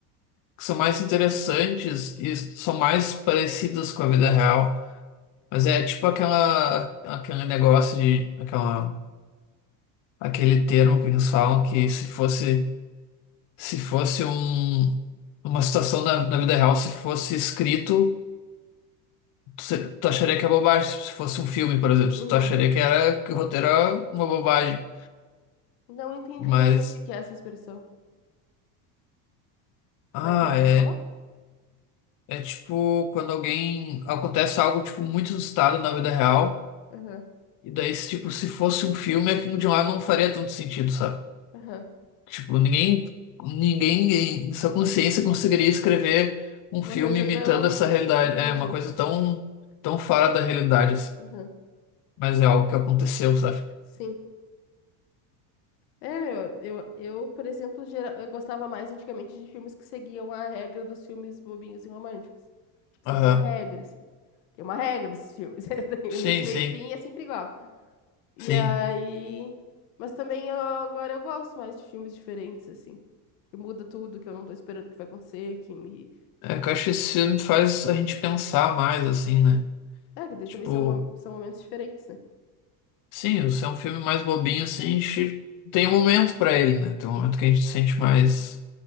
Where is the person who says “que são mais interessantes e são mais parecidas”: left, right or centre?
Left